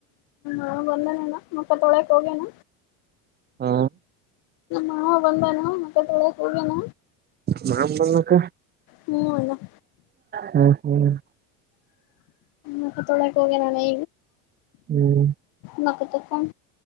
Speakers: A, on the left (about 65°); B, on the right (about 25°).
A: ನಾನು ಬಂದೇನೇನ ಮುಖ ತೊಳಕ್ ಹೋಗನ
B: ಹಾ
A: ಹಾ ಬಂದಾನು ಮುಖ ತೊಳಿಯಕ ಹೋಗನ
B: ನಮ್ ಬೊಲೋಕ
A: ಹ್ಮ್ ಅಣ್ಣ
B: ಹ್ಮ್ ಹ್ಮ್
A: ಮುಖ ತೊಳಿಯಕೆ ಹೋಗ್ಯಾನ ಲೆ
B: ಹ್ಮ್
A: ಮಕ್ಕ ತಕ್ಕೊಂಡ